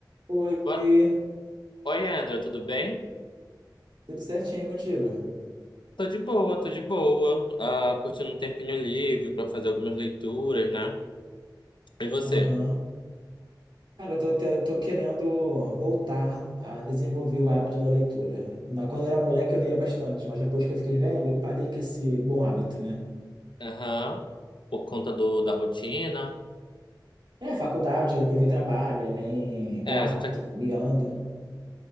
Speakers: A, on the right; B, on the left.
A: Oi,
B: Boa- Oi, André, tudo bem?
A: tudo certinho contigo?
B: Tô de boa, tô de boa. Ah, curtindo um tempinho livre pra fazer algumas leituras, né? E você?
A: Aham. Cara, eu tô, te- tô querendo voltar a desenvolver o hábito da leitura. Na, quando eu era moleque, eu lia bastante, mas depois que eu fiquei velho, eu parei com esse bom hábito, né?
B: Aham. Por conta do, da rotina.
A: É, faculdade, depois vem trabalho, aí vem
B: É,
A: gato,
B: a gente, ac-
A: miando.